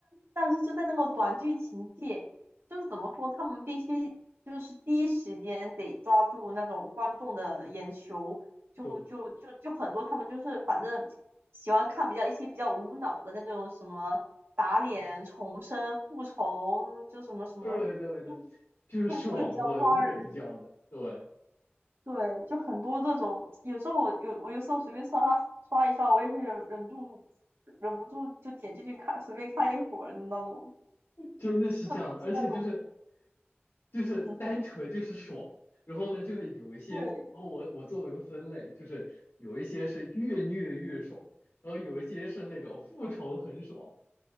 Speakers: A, on the right; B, on the left.
A: 但是就在那个短剧情界，就是怎么说，他们必须就是第一时间得抓住那种观众的眼球，就就就就很多他们就是反正喜欢看比较一些比较无脑的那种什么打脸、
B: <laughs> 对。
A: 重生、复仇，就什么什么。
B: 对对对，
A: 就。
B: 就是爽文，
A: 就会比较抓人。
B: 我们叫的，对，
A: 对，就很多这种，有时候我有我有时候随便刷刷一刷，我也会忍忍住，忍不住就点进去看，随便看一会儿的那种。
B: 真的是这样的，
A: 特别是那种，
B: 而且就是就是单纯就是爽，
A: 嗯哼，
B: 然后呢，就是有一些，
A: 对。
B: 然后我我做了个分类，就是有一些是越虐越爽，然后有一些是那种复仇很爽。